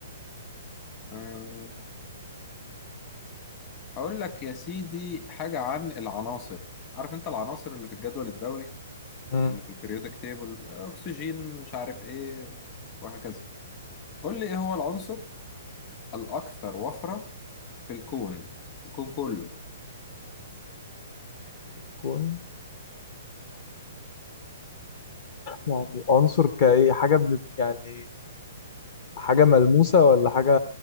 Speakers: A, on the left; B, on the left.
A: آه، هقول لك يا سيدي حاجة عن العناصر عارف انت العناصر اللي في الجدول الدوري
B: مم.
A: اللي في البريودك تيبل اكسجين مش عارف ايه وهكذا قول لي ايه هو العنصر الاكثر وفرة في الكون الكون كله
B: في الكون يعني عنصر كأي حاجة بنت يعني حاجة ملموسة ولا حاجة